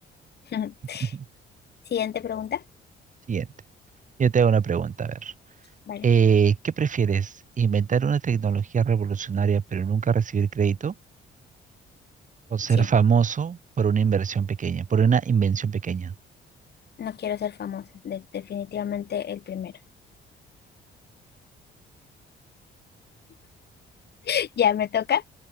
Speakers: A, on the left; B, on the right.
A: <laughs>
B: <laughs>
A: Siguiente pregunta.
B: Siguiente. Yo te hago una pregunta, a ver.
A: Vale,
B: Eh, ¿qué prefieres? ¿Inventar una tecnología revolucionaria pero nunca recibir crédito? ¿O ser
A: sí,
B: famoso por una inversión pequeña, por una invención pequeña?
A: no quiero ser famosa, de- definitivamente el primero. <laughs> Ya me toca.